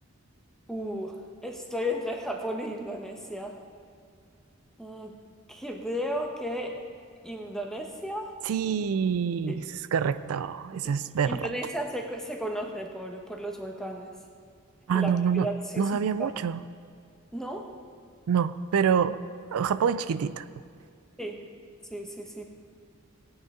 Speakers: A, in the centre; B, on the right.
A: Uh, estoy entre Japón e Indonesia. Mm, creo que Indonesia.
B: Sí,
A: Sí,
B: eso es correcto,
A: sí.
B: eso es verdad.
A: Indonesia se, co- se conoce por, por los volcanes.
B: Ah,
A: y la
B: no,
A: actividad
B: no, no,
A: sísmica,
B: no sabía mucho.
A: ¿no?
B: No, pero eh, Japón es chiquitito.
A: Sí, sí, sí, sí.